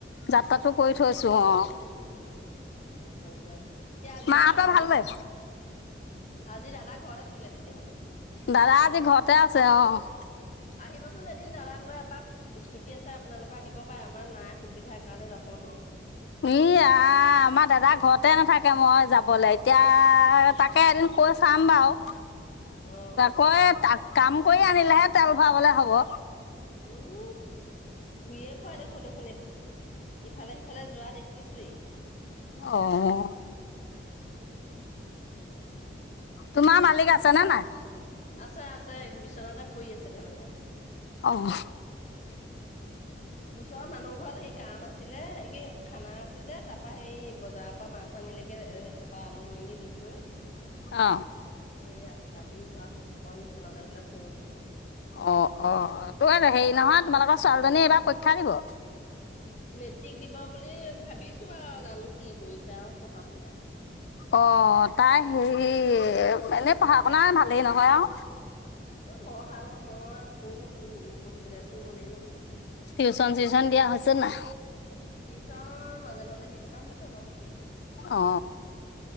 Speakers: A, on the left (about 70°); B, on the left (about 40°).
A: যাত্ৰাটো কৰি থৈছো অ'।
B: উম, উম ভালে হ'ল দিয়ক। এতিয়া আজি
A: মাহঁতৰ
B: দাদা ঘৰতে
A: ভালেই
B: থাকিল। আজি দাদা ঘৰতে থাকিলে তেতিয়াহ'লে।
A: দাদা আজি ঘৰতে আছে অ'।
B: আহিবচোন এদিন দাদাক লৈ এপাক। স্কুটি আছে আপোনালোকৰ আহিব পাৰে, আমাৰ নাই সুবিধাৰ কাৰণে যাব নোৱাৰো।
A: ই আ, আমাৰ দাদা ঘৰতে নাথাকে মই যাবলে, এতিয়া তাকে এদিন কৈ চাম বাাৰু।
B: অ অ
A: কৈ কাম কৰি আনিলেহে তেল ভৰাবলে হ'ব।
B: উম ঘূয়ে ফুৰা দেখোঁ দেখোন এত ইফালে সিফালে যোৱা দেখিছোয়ে।
A: অ'। তোমাৰ মালিক আছে নে নাই।
B: আছে আছে বিচনাতে পৰি আছে ঢেল খাই।
A: অ'।
B: <inaudible> ওচৰৰ মানুহ ঘৰত সেই কাম আছিলে হে কি খানা আছে যে তাৰ পা সেই বজাৰ পা মাছ আনিলেগে এ তাৰপা আনি মেলি দি থৈ
A: অ'।
B: এই আ আহি ঘৰত অকন বিচনাতে বোলে পও।
A: অ', অ, তো হেৰি নহয় তোমালোকৰ ছোৱালীজনী এইবাৰ পৰীক্ষা দিব।
B: মেট্ৰিক দিব বুলি ভাবিছো আউ জানো কি কৰিছে আউ পঢ়া শুনা।
A: অ', তাই হেৰি এ এনে পঢ়া শুনা ভালেই নহয় আউ।
B: বৰ ভাল নহয় কোনো পঢ়ি-পঢ়িবলে চুন মনেই নকয়।
A: টিউশচন চিউশচন দিয়া হৈছে নাই।
B: টিউচন মাজে মাজে দি থকা হছে বাউ।
A: অ', অ,